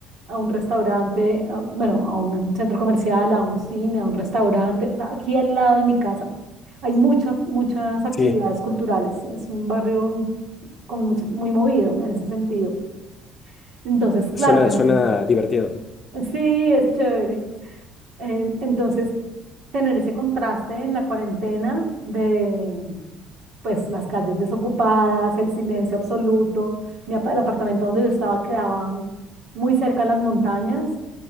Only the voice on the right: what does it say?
a un restaurante, a- bueno, a un centro comercial, a un cine, a un restaurante, o sea, aquí al lado de mi casa. Hay muchas, muchas actividades
culturales. Es un barrio con muchos, muy movido en ese sentido. Entonces, claro,
tener
el...
Sí, es chévere. Em, entonces, tener ese contraste en la cuarentena de, pues, las calles desocupadas, el silencio absoluto. Mi apa- el apartamento donde yo estaba quedaba muy cerca a las montañas,